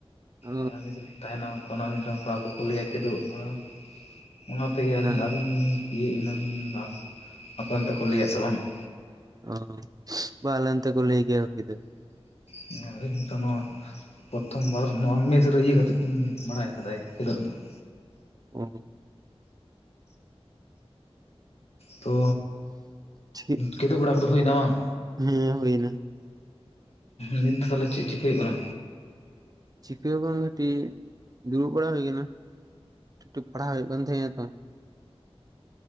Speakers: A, on the right (about 35°); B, on the left (about 80°).
A: ᱚ
B: ᱡᱟᱦᱟᱸ ᱢᱮᱥ ᱨᱮᱞᱤᱤᱧ ᱛᱟᱦᱮᱱᱟ ᱛᱚ ᱚᱱᱟ ᱢᱮᱥ ᱨᱮᱱ ᱠᱚᱲᱟ ᱠᱚᱠᱚ ᱠᱩᱞᱤᱭᱟ ᱠᱤᱫᱩᱜ ᱾ ᱚᱱᱟ ᱛᱮᱜᱮ ᱟᱞᱤᱧ
A: ᱦᱮᱸ
B: ᱟᱹᱵᱤᱱ ᱠᱩᱞᱤ ᱭᱮᱫ <unintelligible> ᱟᱯᱮ ᱚᱱᱛᱮ ᱠᱚ ᱞᱟᱤ ᱟᱥᱮ ᱵᱟᱝ ᱾
A: ᱚ ᱵᱟ ᱟᱦᱞᱚᱱᱛᱮ ᱠᱚ ᱞᱟᱤ ᱜᱮᱭᱟ ᱠᱤᱫᱚᱜ ᱾
B: ᱦᱮ ᱟᱹᱞᱤᱧ ᱦᱚᱸᱛᱚ ᱱᱚᱣᱟ ᱯᱚᱨᱛᱷᱚᱢ ᱵᱟᱨ ᱱᱚᱣᱟ ᱢᱮᱥ ᱨᱮ ᱤᱭᱟᱹ ᱠᱟᱛᱮᱜ ᱜᱮᱞᱤᱧ ᱵᱟᱲᱟᱭ ᱠᱟᱫᱟᱭ ᱠᱤᱫᱮᱜ ᱫᱚ ᱾
A: ᱚ
B: ᱛᱚ
A: ᱴᱷᱤᱠ
B: ᱠᱤᱫᱳᱵ ᱵᱟᱲᱟ ᱠᱚᱫᱚ ᱦᱩᱭᱱᱟ ᱵᱟᱝ?
A: ᱦᱮᱸ ᱦᱩᱭᱭᱱᱟ ᱾
B: ᱱᱤᱛ ᱫᱚ ᱛᱟᱦᱚᱞᱮ ᱪᱮᱫ ᱪᱤᱠᱟᱭ ᱦᱩᱭᱩᱜ ᱠᱟᱱᱟ?
A: ᱪᱤᱠᱟᱹᱠ ᱦᱚ ᱵᱟᱝᱜᱮ ᱠᱟᱹᱴᱤᱡ ᱫᱩᱲᱩᱵ ᱵᱟᱲᱟ ᱦᱳᱭ ᱠᱟᱱᱟ ᱴᱩᱠ‌ ᱴᱟᱠ ᱯᱟᱲᱦᱟᱣ ᱦᱳᱭᱳᱜ ᱠᱟᱱ ᱛᱟᱦᱮᱸᱡᱟ ᱛᱚ ᱾